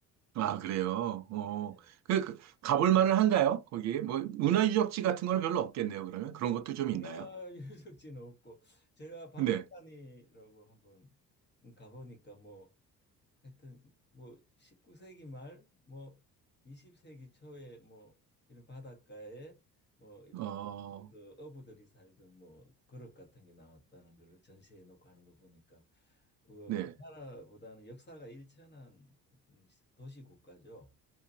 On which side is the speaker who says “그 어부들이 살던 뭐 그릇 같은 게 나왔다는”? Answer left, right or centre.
Left